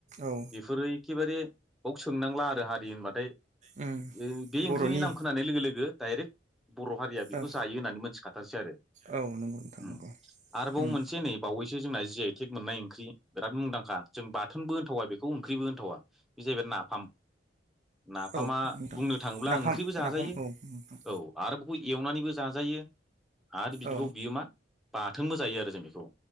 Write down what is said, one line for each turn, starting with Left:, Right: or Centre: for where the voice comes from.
Right: औ
Centre: बेफोरो एखेबारे बाव सोंनांला आरो हारि होनबाथाय ओ
Right: उम
Centre: बे ओंख्रिनि
Right: बर'नि
Centre: नाम खोनानाय लोगो लोगो डाइरेक्ट बर' हारिया बिखौ
Right: औ
Centre: जायो होननानै मोनथिखाथारसै आरो।
Right: औ नंगौ नोंथां
Centre: उम
Right: नंगौ
Centre: आरोबाव
Right: उम
Centre: मोनसे नै बावैसो जोंना जि आइ टेग मोननाय ओंख्रि बिराद मुंदांखा। जों बाथोनबो होनथावा बेखौ ओंख्रिबो होनथावा बे जाहैबाय नाफाम नाफ फामा
Right: औ नोंथां
Centre: बुंनो थाङोब्ला
Right: नाफाम
Centre: ओंख्रिबो जाजायो
Right: नाफाम औ नोंथां
Centre: औ आरो बखौ एवनानैबो जाजायो। आरो बिदिबाव
Right: औ
Centre: बियो मा बाथोनबो जायो आरो जों बेखौ